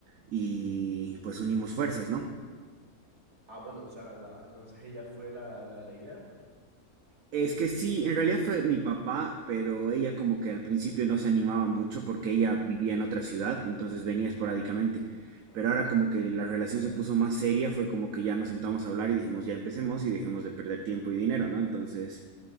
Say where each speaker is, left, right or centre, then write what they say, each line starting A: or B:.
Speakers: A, on the right; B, on the right.
A: Y pues unimos fuerzas, ¿no?
B: Ah, bueno, o sea, la, entonces ella fue la, la de la idea.
A: Es que sí, en realidad fue mi papá, pero ella como que al principio no se animaba mucho porque ella vivía en otra ciudad, entonces venía esporádicamente.
B: Ah,
A: Pero ahora como que la relación se puso más seria, fue como que ya nos sentamos a hablar y dijimos ya empecemos y dejemos de perder tiempo y dinero, ¿no? Entonces,